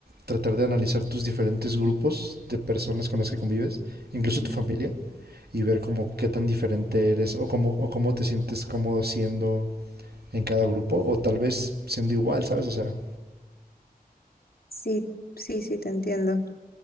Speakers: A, on the right (about 85°); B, on the left (about 70°).
A: tratar de analizar tus diferentes grupos de personas con las que convives, incluso
B: Ujú.
A: tu familia, y ver como qué tan diferente eres o cómo, o cómo te sientes cómodo siendo en cada grupo o tal vez siendo igual, ¿sabes? O sea,
B: Sí, sí, sí, te entiendo.